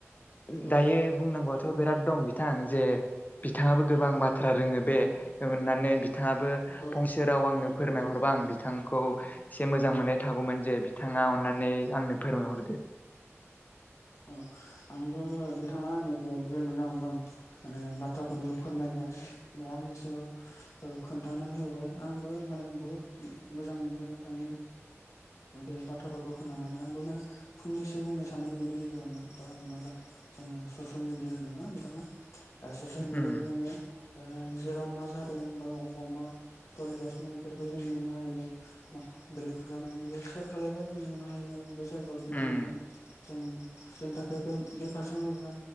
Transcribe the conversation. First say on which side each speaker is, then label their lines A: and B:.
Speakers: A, on the left (about 35°); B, on the left (about 75°).
A: दायो
B: औ
A: बुंनांगौआथ' बिराद दं बिथां जे बिथाङाबो गोबां बाथ्रा रोङो बे होननानै बिथाङाबो
B: औ
A: फंसे जेराव आंनो फोरमायहरबा आं बिथांखौ एसे मोजां मोननाय थागौमोन जे बिथाङा अननानै आंनो फोरमायहरदो
B: औ आंबो बिथाङा नोंसो जि मोजां मोजां माने बाथ्राफोरखौ फोरमायबाय बा आंनि सायाव खोन्थानानै होबाय आंबो माने बहुत मोजां मोनबाय नोंथांनि बे बाथ्राफोरखौ खोनानानै आंबो माने फंनैसो बुंनो सानदों बेनि गेजेरावनो दा हमना जों ससियेल मिडिया होनदोंना बिथाङा ससियेल मिडियायाव
A: उम
B: जोङो जेराव मा जादों बा अबाव मा सोलिगासिनोफोरखौ जों नुनो हायो बेलेगफोरा मानेयो सेयार खालबा जों नुनो हायो बे जायगायाव बिदि
A: उम
B: होननानै जों जोंनि थाखाय बे बे फारसे मोजां